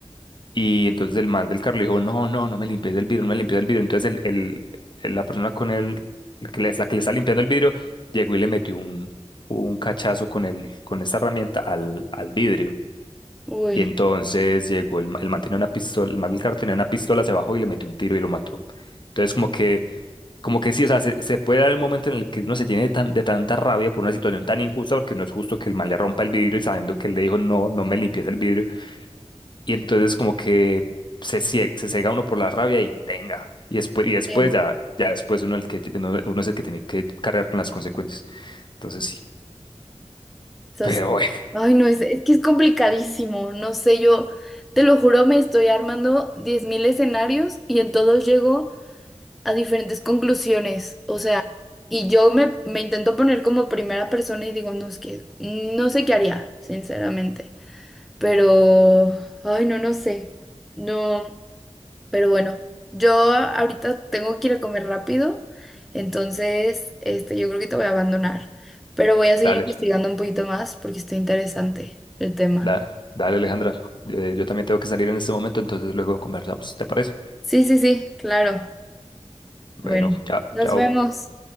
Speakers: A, on the left; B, in the centre.
A: y entonces el man del carro le dijo, no, no, no me limpies el vidrio, no me limpies el vidrio, entonces el, el- el- la persona con el, el que le, la que le está limpiando el vidrio, llegó y le metió un, un cachazo con el, con esta herramienta al, al vidrio.
B: uy,
A: Y entonces llegó el, ma- el man tenía una pistola, el man del carro tenía una pistola, se bajó y le metió un tiro y lo mató. Entonces como que, como que sí, o sea, se, se puede dar el momento en el que uno se llene de, tan- de tanta rabia por una situación tan injusta, porque no es justo que el man le rompa el vidrio y sabiendo que él le dijo, no, no me limpies el vidrio. Y entonces como que se, cie- se ciega uno por la rabia y tenga. Y después, y después
B: sí.
A: ya, ya después uno, el que, uno, uno es el que tiene que cargar con las consecuencias. Entonces sí,
B: eso
A: pero
B: sí.
A: bueno,
B: Ay, no, es, es que es complicadísimo. No sé, yo te lo juro, me estoy armando 10.000 escenarios y en todos llego a diferentes conclusiones. O sea, y yo me, me intento poner como primera persona y digo, no, es que no sé qué haría, sinceramente. Pero, ay, no, no sé. No. Pero bueno, yo ahorita tengo que ir a comer rápido, entonces este, yo creo que te voy a abandonar, pero voy a seguir
A: dale.
B: investigando un poquito más porque está interesante el tema.
A: Nada, dale Alejandra. Eh, yo también tengo que salir en este momento, entonces luego conversamos. ¿Te parece?
B: Sí, sí, sí, claro.
A: Bueno,
B: Bueno,
A: chao,
B: nos
A: chao.
B: vemos.